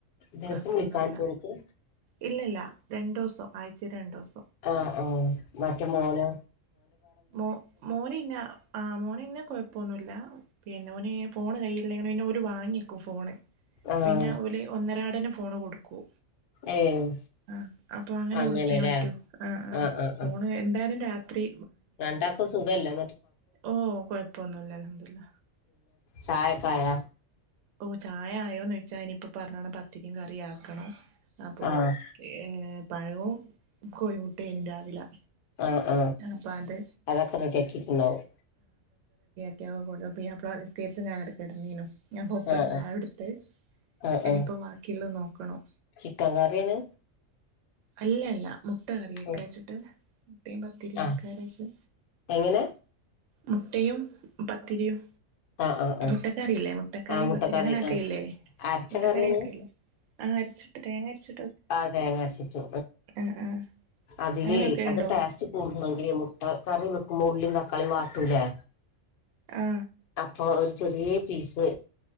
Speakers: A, on the left; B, on the right.
A: ദിവസം
B: കൊഴപ്പൊന്നുല്ല
A: വിളിക്കാഞ്ഞിട്ടോ ഓൻക്ക്
B: ഇല്ലില്ല രണ്ടുവസം ആഴ്ച്ചേ രണ്ടുസം
A: അ അ മറ്റേ മോനോ
B: മോ മോരിന്ന ആ മോനിന്നെ കൊഴപ്പൊന്നുല്ല പിന്നെ ഓന് ഫോണ് കയ്യില്ലെങ്കില് പിന്നെ ഓല് വാങ്ങി ക്കും ഫോണ്
A: ആഹ്
B: പിന്നെ ഓല് ഒന്നരാടനും ഫോണു കൊടുക്കൂ
A: ഏഹ്
B: ആ അപ്പൊ അങ്ങനെ
A: അങ്ങനെല്ലേ
B: വിളിക്കാൻ പറ്റൂ ആ ആ
A: ആഹ് ആഹ്
B: ഫോണ്
A: ആഹ്
B: എന്തായാലും രാത് ത്രി
A: രണ്ടാക്കും സുഖെല്ലേ
B: ഓ കൊഴപ്പൊന്നുല്ല ലംഹദുള്ള
A: ചായക്കായ
B: ഓ ചായ ആയോന്നോയ്ച്ചാ ഇനിയിപ്പോ പറഞ്ഞോണം പത്തിരിയും കറിം ആക്കണം അപ്പോ
A: ആഹ്
B: ഏ പഴോം കോഴിമുട്ടേം രാവിലെ
A: ആ ആ
B: അപ്പൊ അത്
A: അതൊക്കെ റെഡിയാക്കിട്ടുണ്ടാവും
B: റ്റൊ പുയാപ്ലപ്പാ നിസ്കരിച്ച് ഞാനവിടെ കെടന്നീനു ഞാൻ പോറത്
A: ആഹ്
B: ചായ കൊടുത്ത്
A: ആഹ് ആഹ്
B: ഇനിയിപ്പം
A: ആഹ്
B: ബാക്കിയിള്ളത് നോ ക്കണം
A: ചിക്കൻ കറി ആണ്
B: അല്ലല്ല മുട്ട കറിവെക്കാച്ചിട്ട്
A: ഉം
B: മുട്ടേം പത്തിരിയാക്കാരേച്ച്
A: ആഹ് എങ്ങനെ
B: മുട്ടയും പത്തിരിയും
A: ആഹ് ആഹ് ആഹ്
B: മുട്ടക്കറിയില്ലേ മുട്ടക്കറിയും
A: ആഹ് മുട്ടക്കറി
B: പത്തിരിയും അങ്ങനെ ആക്കലില്ലെ
A: ആഹ് അരച്ച
B: മുട്ടക്കറി
A: കറിയാണ്
B: വെക്കലില്ലേ ആ അരച്ചിട്ട് തേങ്ങ അരച്ചി
A: ആ തേങ്ങ അരച്ചിട്ട്
B: ആ ആ
A: അതിലെ
B: അങ്ങനെയൊക്കെ
A: അത്
B: ഉണ്ടോ
A: ടേസ്റ്റ് കൂടണെങ്കില് മുട്ട കറി വെക്കുമ്പോ ഉള്ളിം തക്കാളീം വാട്ടൂലേ
B: ആ
A: അപ്പൊ ചെറിയ പീസ്